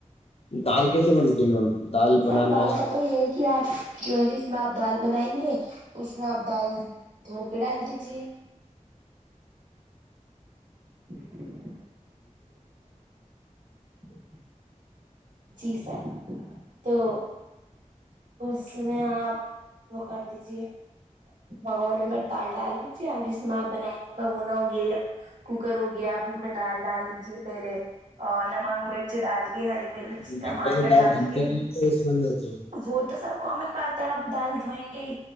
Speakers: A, on the left (about 50°); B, on the right (about 75°).
A: دال کیسے بنتی ہے میم دال
B: سر
A: بنانا
B: سوال کا تو یہ ہے کہ آپ جو ہے جس میں آپ دال بنائیں گے اس میں آپ دال دھو کے ڈال دیجیے ہ <unintelligible> ول بے <unintelligible> ہ <inaudible> جی سر تو اس میں آپ وہ کر دیجیے بگونے میں دال ڈال دیجیے اب ج میں آپ بنائیں گے بگونا ہو گیا یہ کوکر ہو گیا آپ اس میں دال ڈال دیجیے پہلے اور نمک مرچ ڈال کے ہری مرچ
A: پہلے
B: ٹماٹر
A: دال
B: ڈال
A: دھلتے
B: کے
A: نہیں تو ایسے بن جاتی ہے
B: وہ تو سر کامن بات ہے آپ دال دھوئیں گے ہی